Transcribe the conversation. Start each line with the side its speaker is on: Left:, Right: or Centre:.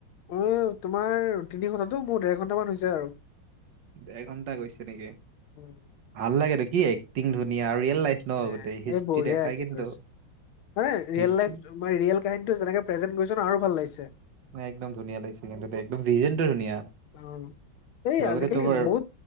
Left: উম তোমাৰ তিনি ঘণ্টাটো মোৰ দেৰ ঘণ্টামান হৈছে আৰু।
Right: দেৰ ঘন্টা গৈছে নেকি,
Left: উম,
Right: ভাল লাগেতো কি এক্টিং ধুনীয়া আৰু ৰিয়েল লাইফ ন
Left: এ
Right: গোটেই হিষ্ট্ৰী
Left: এই বঢ়িয়া
Right: দেখাই
Left: এক্টিং
Right: কিন্তু
Left: কৰিছে। মানে ৰিয়েল
Right: হিষ্ট্ৰী
Left: লাইফ মানে ৰিয়েল কাহিনীটো যেনেকে প্ৰেজেন্ট কৰিছে ন আৰু ভাল লাগিছে।
Right: মানে একদম ধুনীয়া লাগিছে কিন্তু একদম ভিজনটো ধুনীয়া।
Left: অঁ ' এই
Right: লগতে
Left: আজিকালি
Right: তোমাৰ
Left: বহুত